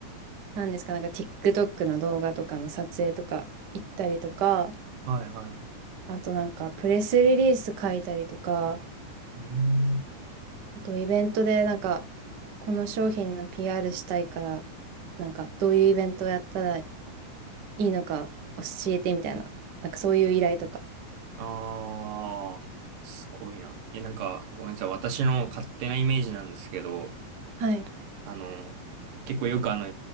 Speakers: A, on the right (about 65°); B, on the right (about 90°).
A: なんですか、なんか TikTok の動画とかの撮影とか行ったりとか、
B: はいはい。
A: あとなんかプレスリリース書いたりとか、
B: うーん。
A: あとイベントでなんかこの商品の PR したいから、なんかどういうイベントをやったらいいのか教えてみたいな、なんかそういう依頼とか。
B: ああ、すごいな。え、なんか、ごめんなさい。私の勝手なイメージなんですけど、
A: はい、
B: あの、結構よくあの、